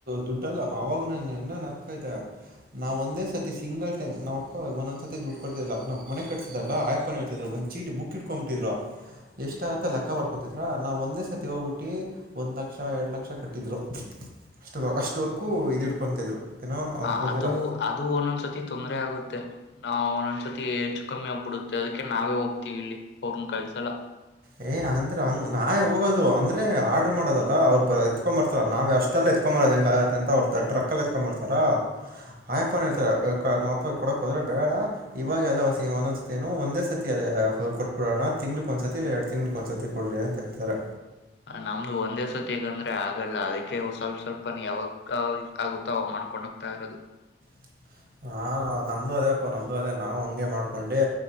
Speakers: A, on the right; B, on the left.
A: ದುಡ್ಡಲ್ಲ ಅವಾಗ ನನ್ ಇನ್ನ <unintelligible> ನಾವ್ ಒಂದೇ ಸತಿ ಸಿಂಗಲ್ ಟೈಮ್ ನಮ್ಮಪ್ಪ ಒಂದೊಂದು ಸತಿ ದುಡ್ಡು ಕೊಡ್ತಿಲ್ಲ ನಾವು ಮನೆ ಕಟ್ಸತದಲ್ಲ ಹಾ ಯಪ್ಪಾ ಒಂದ ಚೀಟ್ ಬುಕ್ ಇಟ್ಕೊಂಡ್ ಬಿಟ್ಟಿದ್ರು ಎಷ್ಟ ಆಗುತ್ತೆ ಲೆಕ್ಕ ಬರ್ಕೊತಿದ್ರ ನಾವವು ಒಂದೇ ಸತಿ ಹೋಗ್ಬಿಟ್ಟಿದೆ ಒಂದ್ ಲಕ್ಷ ಎರಡ್ ಲಕ್ಷ ಕಟ್ಟಿದ್ರು ಅಷ್ಟ ಅಷ್ಟವರೆಕೂ ಇದ ಇಟ್ಕೊತಿದ್ರು ಏನೋ
B: ಹಾ
A: ಕುಡ್ದಿರ
B: ಅದು ಅದು ಒಂದೊಂದ್ಸತಿ ತೊಂದ್ರ ಆಗುತ್ತೆ ನಾವ್ ಒಂದ್ಸತಿ ಹೆಚ್ಚು ಕಮ್ಮಿ ಆಗ್ಬಿಡುತ್ತೆ ಅದಕ್ಕೆ ನಾವೇ ಹೋಗ್ತಿವಿ ಇಲ್ಲಿ ಅವ್ರನ್ನ ಕಲ್ಸಲ್ಲ
A: ಹೇ ಅಂದ್ರೆ ಹಂಗ್ ನಾವೇ ಹೋಗೋದು ಅಂದ್ರೆ ಆ ಆರ್ಡರ್ ಮಾಡೋದಲ್ಲ ಅವರು ಎತ್ಕೊಂಬರ್ತಾರ ನಾವು ಅಷ್ಟೆಲ್ಲ ಎತ್ಕೊಂಬೋದು ಹೆಂಗಗತ್ತಂತ ಅಂತ ಅವರು ಟ್ರಾಕ್ ಅಲ್ಲಿ ಎತ್ಕೊಂಬರ್ತಾರಾ ಹಾ ಯಪ್ಪಾ ನಮ್ಮ್ ಅಪ್ಪ ಕೊಡಕ್ ಹೋದ್ರೆ ಬೇಡ ಇವಾಗೆಲ್ಲ ಒಂದೊಂದ್ ಸತಿ ಏನು ಒಂದೇ ಸತಿ ಕೊಟ್ಬಿಡೋಣ ತಿಂಳಕ್ ಒಂದು ಸತಿ ಇಲ್ಲ ಎರಡು ತಿಗಳಕ್ ಒಂದಸತಿ ಕೊಡರಿ ಅಂತ ಹೇಳತಾರೆ
B: ನಮ್ದು ಒಂದೇ ಸರ್ತಿಗಂದ್ರೆ ಆಗಲ್ಲ ಅದಕ್ಕೆ ಸ್ವಲ್ಪ ಸ್ವಲ್ಪ ಯಾವಾಗ ಆಗುತ್ತಾವ <unintelligible> ಹೋಗ್ತಾ ಇರದು
A: <inaudible> ಹಾ ನಮ್ದು ಅದೇ ಅಪ್ಪ ನಮ್ದು ಅದೇ ನಾವು ಹಂಗೆ ಮಾಡ್ಕೊಂಡಿ